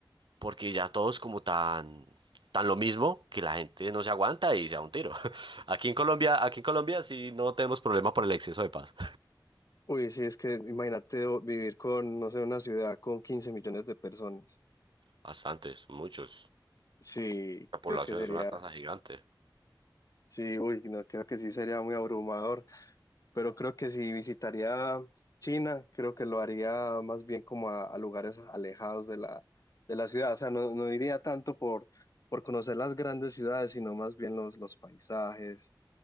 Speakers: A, on the right (about 80°); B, on the left (about 45°).
A: porque ya todos como tan, tan lo mismo que la gente no se aguanta y se da un tiro. <laughs> Aquí en Colombia, aquí en Colombia sí no tenemos problema por el exceso de paz.
B: Uy, sí, es que imagínate o- vivir con, no sé, una ciudad con 15 millones de personas.
A: Bastantes, muchos.
B: Sí,
A: La población
B: creo que sería,
A: es una tasa gigante.
B: sí, uy, no, creo que sí sería muy abrumador. pero creo que si visitaría China, creo que lo haría más bien como a, a lugares alejados de la, de la ciudad. O sea, no, no iría tanto por, por conocer las grandes ciudades, sino más bien los, los paisajes,